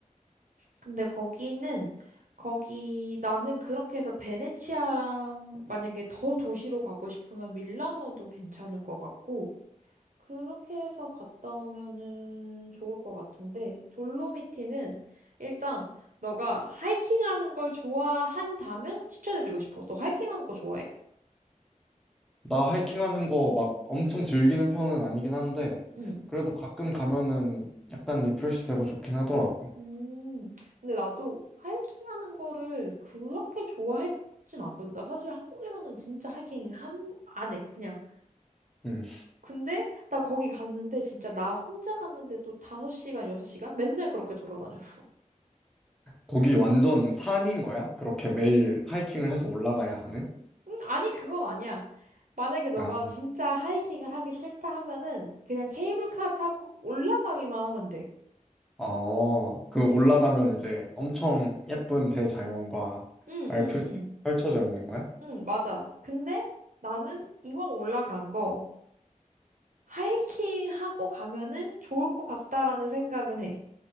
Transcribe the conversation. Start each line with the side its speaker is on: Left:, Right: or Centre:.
Right: 근데 거기는, 거기, 나는 그렇게 해서 베네치아랑 만약에 더 도시로 가고 싶으면 밀라노도 괜찮을 것 같고, 그렇게 해서 갔다 오면은 좋을 것 같은데, 돌로미티는 일단 너가 하이킹하는 걸 좋아한다면 추천해주고 싶어. 너 하이킹하는 거 좋아해?
Centre: 나 하이킹하는 거 막 엄청 즐기는 편은 아니긴 한데
Right: 응.
Centre: 그래도 가끔 가면은 약간 리프레시 되고 좋긴 하더라고.
Right: 음, 근데 나도 하이킹 하는 거를 그렇게 좋아했진 않거든. 나 사실 한국에서는 진짜 하이킹 한, 안 해, 그냥.
Centre: 음.
Right: 근데 나 거기 갔는데 진짜 나 혼자 갔는데도 5시간, 6시간 맨날 그렇게 돌아다녔어.
Centre: 거기 완전 산인 거야? 그렇게 매일 하이킹을 해서 올라가야 하는?
Right: 음, 아니, 그건 아니야. 만약에 너가
Centre: 아,
Right: 진짜 하이킹을 하기 싫다 하면은 그냥 케이블카 타고 올라가기만 하면 돼.
Centre: 어, 그 올라가면 이제 엄청 예쁜 대자연과
Right: 응,
Centre: 알프스
Right: 응, 응.
Centre: 펼쳐져 있는 거야?
Right: 응, 맞아. 근데 나는 이왕 올라간 거 하이킹 하고 가면은 좋을 것 같다라는 생각은 해.